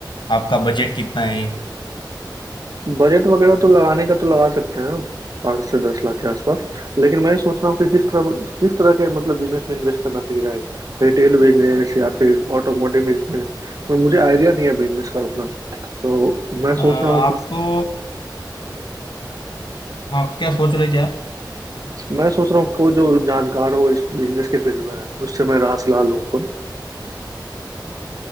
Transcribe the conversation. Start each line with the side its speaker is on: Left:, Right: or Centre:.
Left: आपका बजट कितना है
Right: बजट वगैरह तो लगाने का तो लगा सकते हैं पाँच से दस लाख के आसपास लेकिन मैं ये सोच रहा हूँ कि किस तरह किस तरह के मतलब बिजनेस में इन्वेस्ट करना सीख जाएगा रिटेल बिजनेस या फिर ऑटोमोटिव बिजनेस मैं मुझे आइडिया नहीं है बिजनेस का उतना तो मैं
Left: अ,
Right: सोच रहा हूँ
Left: आपको
Right: कि
Left: आप क्या सोच रहे थे
Right: मैं सोच रहा हूँ कोई जो जानकार हो इस बिजनेस के फील्ड में उससे मैं राय सलाह लूँ